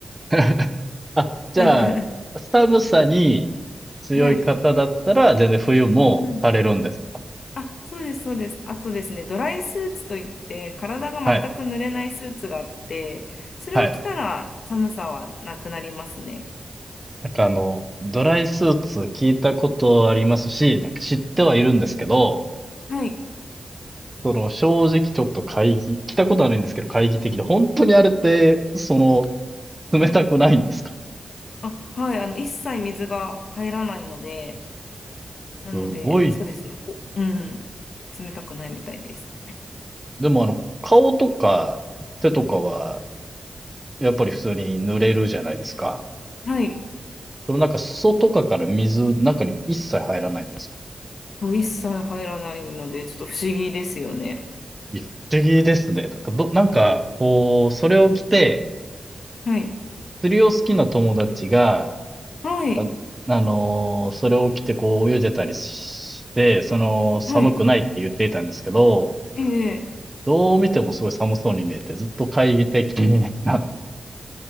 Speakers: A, on the right (about 15°); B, on the left (about 75°).
A: <laughs> あ、じゃあ、
B: <laughs>
A: 寒さに強い方だったら、
B: はい。
A: 全然冬もされるんですか
B: うんうんあ、そうです、そうです。あとですね、ドライスーツといって、体が全く濡れないスーツがあって、
A: はい、
B: それを着たら寒さはなくなりますね。
A: はい。なんかあの、ドライスーツ聞いたことありますし、なんか知ってはいるんですけど、
B: はい。
A: その正直ちょっと懐疑、来たことはないんですけど、懐疑的で、本当にあれって、その、冷たくないんですか
B: あ、はい。あの、一切水が入らないので、なので、
A: すごい。
B: そうですね。おうん、冷たくないみたいです。
A: でもあの、顔とか手とかは、やっぱり普通に濡れるじゃないですか。
B: はい。
A: そのなんか裾とかから水、中に一切入らないんですか
B: そう、一切入らないので、ちょっと不思議ですよね。
A: いや、不思議ですね。なんかど、なんか、こう、それを着て、
B: はい。
A: 釣りを好きな友達が、
B: はい。
A: あ、あのーそれを着てこう泳いでたりして、その寒くないって言っていたんですけど、
B: はい。ええ
A: どう見てもすごい寒そうに見えて、ずっと懐疑的 <laughs> なん